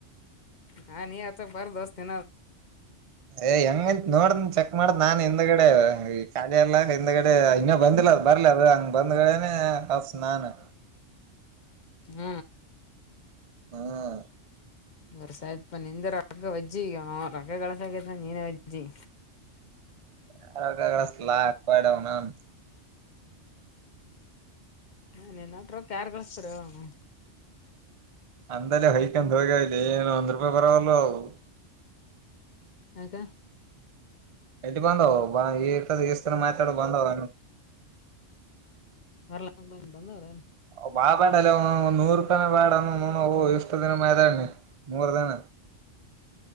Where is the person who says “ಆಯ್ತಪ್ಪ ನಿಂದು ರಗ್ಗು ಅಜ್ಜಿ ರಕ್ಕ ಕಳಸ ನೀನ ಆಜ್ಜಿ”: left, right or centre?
Left